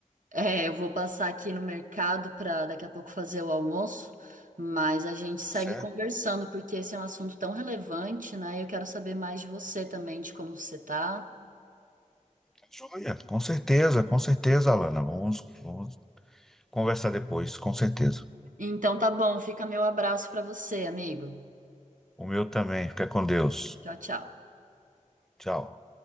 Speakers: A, on the right; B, in the centre.
A: É, eu vou passar aqui no mercado para daqui a pouco fazer o almoço, mas a gente segue
B: Certo?
A: conversando porque esse é um assunto tão relevante, né? Eu quero saber mais de você também, de como você tá.
B: Tá Joia, com certeza, com certeza, Alana. Vamos, vamos conversar depois, com certeza.
A: Então tá bom, fica meu abraço para você, amigo.
B: O meu também. Fica com Deus.
A: Tchau, tchau.
B: Tchau.